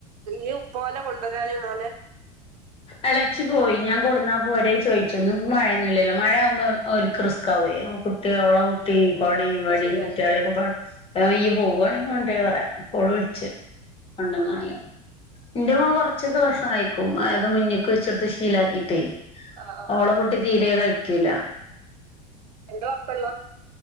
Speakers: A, on the right; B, on the left.
A: ഈ പോലെ കൊണ്ടുവരാന മോനെ
B: അളച്ചു പോയി ഞാൻ കൊടുന്നാ പോരെ ചോദിച്ചോന്ന ഇ മഴയൊന്നുമല്ലല്ലോ മഴയാവുമ്പോ അവും റിസ്ക് ആവേ ഒള
A: അതെ
B: കുുട്ടി കോട
A: അത്
B: വടി
A: ശെരിയാ
B: കുട്ടയാളിയ ഒക്കെപക്സ അപ്പ യ പോവാണെങ്കിൽ കൊണ്ട പറയാ പൊഴിച്ച് കൊണ്ടന്നാല്
A: ആഹ്
B: ഇന്റെമ്മ കുറച്ചൊക്കെ ഭക്ഷണം കഴിക്കും ഉമാത് മുന്നേക്ക് വെച്ചടുത്ത് ശീലാക്കിയിട്ടേ
A: ആഹ്
B: ഓള കുട്ടി തീരെ കഴി വക്കില്ല
A: എന്റെ കൊഴപ്പള്ള